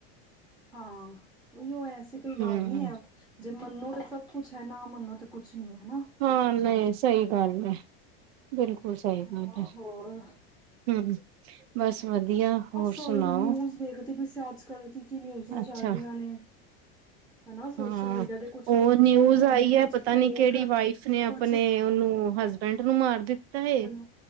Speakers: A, in the centre; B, on the right.
A: ਹਾਂ ਉਓ ਐਸੀ ਕੋਈ ਗੱਲ
B: ਹਮ
A: ਨਹੀਂੀ ਹੈ ਜੇ ਮੰਨੋ ਤਾਂ ਸਭ ਕੁਛ ਹੈ ਨਾ ਮੰਨੋ ਤੇ ਕੁਛ ਨਹੀਂ ਹੈ।
B: ਹਾਂ ਨਹੀ, ਸਹੀ ਗੱਲ ਏ। ਬਿਲਕੁਲ ਸਹੀ ਗੱਲ
A: ਹਾਂ
B: ਹੈ
A: ਹੋਰ
B: ਹਮ ਬਸ ਵਧੀਆ ਹੋਰ
A: ਸੋ
B: ਸੁਣਾਓ
A: ਨਿਊਜ ਦੇਖਦੇ ਪ ਅੱਜ ਕੱਲ ਕੀ ਕੀ ਨਿਊਜਾਂ
B: ਅੱਛਾ
A: ਚੱਲ ਰਹੀਆਂ ਨੇ ਹਨਾ ਸੋਸ਼ਲ
B: ਹਾਂ
A: ਮੀਡੀਆ ਤੇ ਕੁਛ
B: ਉਹ ਨਿਊਜ਼
A: ਉਂਝ ਹੁੰਦੀ
B: ਆਈ
A: ਕੁਛ
B: ਹੈ ਪਤਾ
A: ਫੇਕ
B: ਨੀ ਕਿਹੜੀ ਵਾਈਫ ਨੇ ਆਪਣੇ
A: ਕੁਛ
B: ਉਹਨੂੰ ਹਸਬੈਂ ਟ ਨੂੰ ਮਾਰ ਦਿੱਤਾ ਹੈ।
A: ਹਾਂ